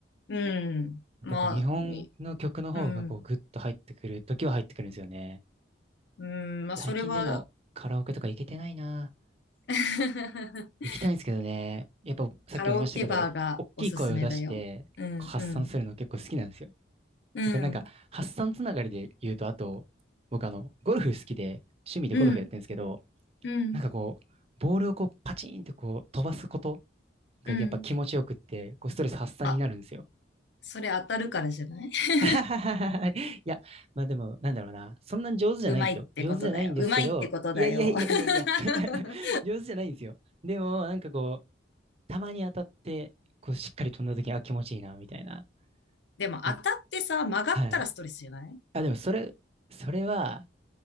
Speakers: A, on the left (about 60°); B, on the right (about 30°).
A: うん。
B: やっぱりこう日本の曲の方がこうグッと入ってくる時は入ってくるんですよね。
A: まあ、いうん、うん、まあ、
B: 最近でもカラオケとか行けてないな。
A: それは <laughs>
B: 行きたいんですけどね。やっぱさっきも言いましたけど、
A: カラオケバーがおすすめだよ。
B: 大きい声を出してこう発散するの結構好きなんですよ。
A: うん、うん、うん、
B: とかなんか発散つながりで言うと、あと、僕あの、ゴルフ好きで、趣味でゴルフやってるんですけど、
A: うん、うん、
B: なんかこう、ボールをこうパチンってこう飛ばすことがやっぱ気持ちよくって、
A: うん。
B: こうストレス発散になるんですよ。
A: あ、それ当たるからじゃない <laughs>
B: <laughs> いや、まあでも、なんだろうな。そんなに上手じゃないんですよ。
A: うまいってことだよ。
B: 上手じゃないんですけど、
A: うまいってことだよ。
B: いやいやいやいやいや
A: <laughs>
B: <laughs> 上手じゃないんですよ。でも、なんかこう、たまに当たって、こうしっかり飛んだ時、あ、気持ちいいな、みたいな。
A: でも当たってさ、
B: ね
A: 曲がったらストレスじゃない
B: はい。あ、でもそれ、それは、